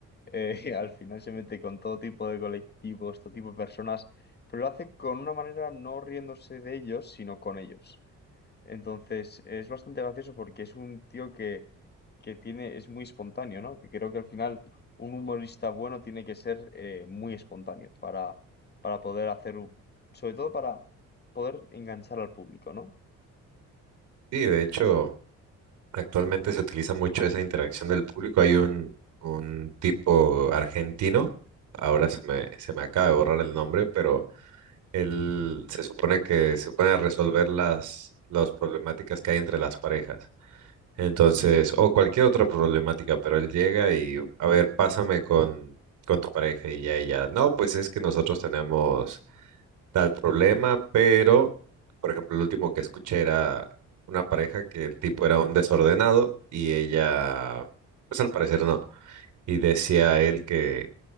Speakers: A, on the left (about 35°); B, on the right (about 75°).
A: eh, <laughs> al final se mete con todo tipo de colectivos, todo tipo de personas, pero lo hace con una manera no riéndose de ellos, sino con ellos. Entonces, es bastante gracioso porque es un tío que, que tiene, es muy espontáneo, ¿no? Que creo que al final un humorista bueno tiene que ser eh, muy espontáneo para, para poder hacer, un- sobre todo para poder enganchar al público, ¿no?
B: Sí, de hecho, actualmente se utiliza mucho esa interacción del público. Hay un, un tipo argentino, ahora se me, se me acaba de borrar el nombre, pero él se supone que se pone a resolver las, las problemáticas que hay entre las parejas. Entonces,
A: Ujú.
B: o cualquier otra problemática, pero él llega y, a ver, pásame con, con tu pareja y ya, y ya. No, pues es que nosotros tenemos tal problema, pero, por ejemplo, el último que escuché era una pareja que el tipo era un desordenado y ella, pues al parecer no. Y decía él que,